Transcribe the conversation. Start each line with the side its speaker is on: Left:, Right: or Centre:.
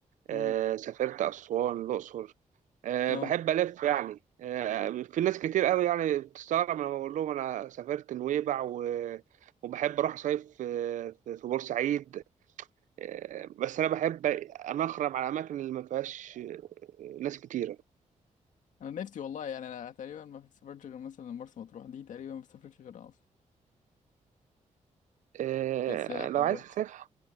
Right: آه،
Left: امم
Right: سافرت أسوان الأقصر آه،
Left: اه
Right: بحب ألف يعني آه، في ناس كتير قوي يعني بتستغرب لما بقول لهم أنا سافرت نويبع و... وبحب أروح صيف آه، في في بورسعيد آه، بس أنا بحب أنا أخرم على الأماكن اللي ما فيهاش آه، ناس كتيرة
Left: انا نفسي والله يعني انا تقريبا ما سافرتش غير مثلا مرسى مطروح دي تقريبا ما سافرتش غيرها اصلا
Right: آه،
Left: كسياحه
Right: لو
Left: برضه
Right: عايز تسافر